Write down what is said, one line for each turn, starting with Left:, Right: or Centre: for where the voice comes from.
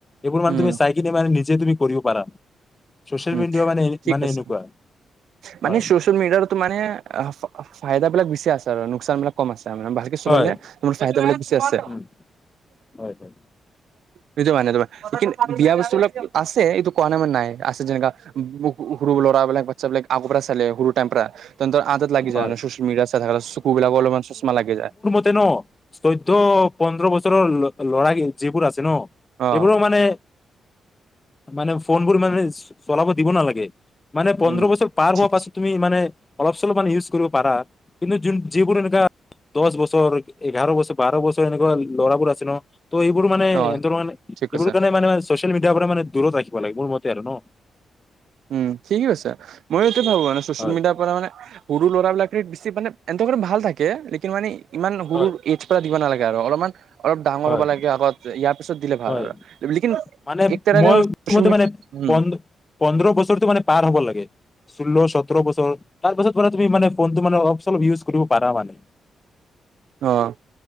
Left: এইবোৰ মানে
Right: উম
Left: তুমি চাইকিনে মানে নিজে তুমি কৰিবও পাৰা। ছচিয়েল
Right: উম
Left: মিডিয়া মানে
Right: ঠিক
Left: মানে
Right: আছে।
Left: এনেকুৱা
Right: মানে
Left: হয়
Right: ছচিয়েল মিডিয়াৰ- মানে ফাইদাবিলাক বেছি আছে আৰু লোকচান বিলাক কম আছে মানে। পিছলে
Left: হয়
Right: দিলে, তোমাৰ চাইদলে বেছি আছে।
Left: উম, হয় হয়
Right: সেইটো মানে তোমাৰ। লেকীন বিয়া বস্তুবিলাক আছে, এইটো কোৱা নাই মানে নাই। আছে যেনেকা, বহু সৰু ল'ৰাবিলাক, বাটচা বিলাক আগৰ পৰা চালে, সৰু টাইম পৰা। তেন্তে আঁদত লাগি
Left: হয়
Right: যায় মানে, চচিয়েল মেডিয়া চাই থাকোঁতে, চকুবিলাকৰ অলপমান চষ্মা লাগি যায়।
Left: আছে ন? চৈধ্য, পোন্ধৰ বছৰৰ ল ল'ৰা যিবোৰ আছে ন-
Right: অ
Left: এইবোৰ মানে, মানে ফোনবোৰ মানে চ-চলাব দিব নালাগে। মানে পোন্ধৰ
Right: উম
Left: বছৰ পাৰ
Right: ঠিক
Left: হোৱাৰ পাছত,
Right: আছে
Left: তুমি মানে- টো মানে ইউজ কৰিব পাৰা কিন্তু, যোন যিবোৰ এনেকুৱা- দশ বছৰ, এঘাৰ বছৰ, বাৰ বছৰ এনেকুৱা ল'ৰাবোৰ আছে ন- তো এইবোৰ মানে,
Right: অ
Left: এহেতৰ মানে
Right: ঠিক
Left: এইবোৰ
Right: আছে
Left: কাৰণে মানে চচিয়েল মিডিয়াৰ পৰা মানে দূৰত ৰাখিব লাগে। মোৰ মতে আৰু ন?
Right: উম ঠিকে কৈছা, মই এইটো ভাবোঁ মানে, চচিয়েল
Left: হয়
Right: মিডিয়াৰ পৰা মানে- সৰু ল'ৰাবিলাকে বেছি মানে, এনেকেটো ভাল থাকে, লেকিন মানে ইমান সৰুৰ
Left: হয়
Right: এজ- জত দিব নালাগে আৰু অলপমান অলপ ডাঙৰ
Left: হয়
Right: হ'ব লাগে আগত, ইয়াৰ পিছত দিলে ভাল
Left: হয়
Right: আৰু। লেকিন-
Left: মানে মই
Right: এক
Left: মোৰ মতে মানে
Right: <unintelligible>
Left: পন পোন্ধৰ বছৰটো মানে পাৰ হ'ব লাগে। ষোল্ল, সোতৰ বছৰ- তাৰ পাছৰ পৰা তুমি মানে, ফোনতটো মানে অলপ চলপ ইউজ কৰিব পাৰা মানে।
Right: অ',